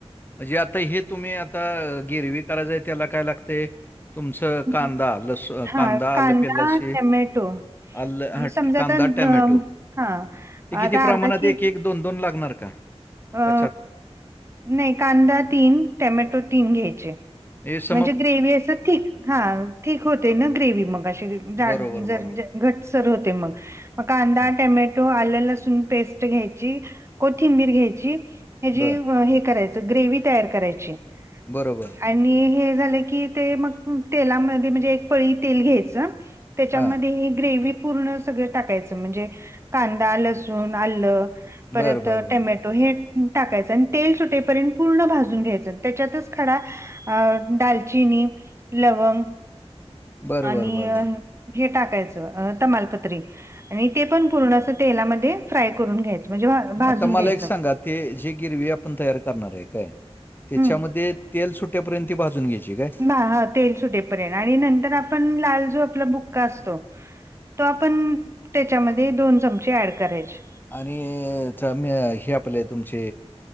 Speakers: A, on the left; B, on the right.
A: म्हणजे आता हे तुम्ही आता ग्रेव्ही करायचय त्याला काय लागतेय? तुमचं
B: हं,
A: कांदा,
B: हं.
A: लस
B: हां,
A: कांदा,
B: कांदा,
A: आलं, पिलाशी,
B: टोमॅटो
A: आलं
B: मग समजा
A: कांदा,
B: आता अ,
A: टोमॅटो
B: हां,
A: ते किती
B: आता
A: प्रमाणात
B: अर्धा की
A: एक, एक, दोन, दोन लागणार का?
B: अ
A: का
B: नाही कांदा तीन, टोमॅटो तीन घ्यायचे.
A: यस
B: म्हणजे ग्रेव्ही असं थिक हा ठीक होते ना ग्रेव मग असेड जार
A: बरोबर, बरोबर.
B: घट्टसर होते मग मग कांदा,
A: हं,
B: टोमॅटो, आलं, लसून पेस्ट घ्यायची कोथिंबीर घ्यायची ह्याची
A: बरं.
B: हे ग्रेव्ही करायची तयार करायची
A: बरबर
B: आणि हे झालं की ते मग तेलामध्ये म्हणजे एक पळी तेल घ्यायचं त्याच्यामध्ये
A: हां.
B: हे ग्रेव पूर्णस सगळं टाकायचं म्हणजे कांदा, लसुण, आलं, परत
A: बरं, बरं, बरं.
B: टोमॅटो हे टाकायच आणि तेल सुटेपर्यंत पूर्ण भाजून घ्यायचं त्याच्यातच खडा अ दालचिनी, लवंग
A: बरं,
B: आणि
A: बरं, बरं, बरं.
B: हे टाकायचं तमालपत्री आणि ते पण पूर्ण अस तेलामध्ये फ्राय करून घ्यायचं म्हणजे भाजून
A: आता मला
B: घ्यायचं.
A: एक सांगा ते जे ग्रेव्ही आपण तयार करणार आहे काय? त्याच्यामध्ये
B: हम्म.
A: तेल सुट त्यापर्यंत ती भाजून घ्यायची काय?
B: बा ह तेल सुटेपर्यंत आणि नंतर आपण लाल जो आपला बुक्का असतो. तो आपण त्याच्यामध्ये दोन चमचे ॲड करायच.
A: आणि च म हे आपले तुमचे